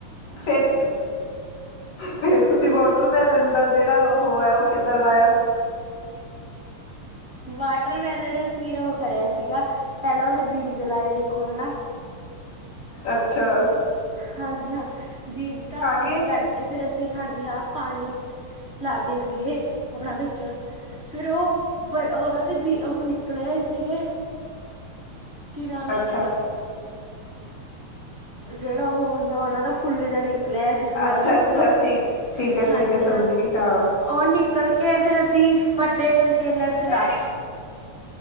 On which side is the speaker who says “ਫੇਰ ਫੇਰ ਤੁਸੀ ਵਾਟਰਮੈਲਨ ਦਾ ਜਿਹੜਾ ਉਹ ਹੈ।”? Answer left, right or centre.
Left